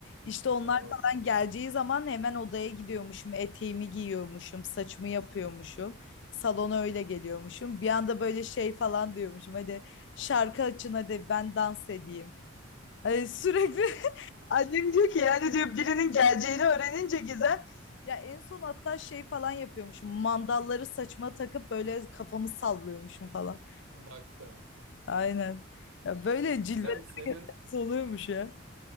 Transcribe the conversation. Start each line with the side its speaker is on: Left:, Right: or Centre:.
Left: İşte onlar
Right: Oo.
Left: falan geleceği zaman hemen odaya gidiyormuşum. Eteğimi giyiyormuşum. Saçımı yapıyormuşum. Salona öyle geliyormuşum. Bir anda böyle şey falan diyormuşum. Hadi şarkı açın hadi ben dans edeyim. Hani sürekli <laughs> Annem diyor ki yani diyor birinin geleceğini öğrenince Gizem Ya en son hatta şey falan yapıyormuşum. Mandalları saçma takıp böyle kafamı sallıyormuşum falan.
Right: Bak sen.
Left: Aynen. Ya böyle cilveler
Right: Gizem senin
Left: oluyormuş ya.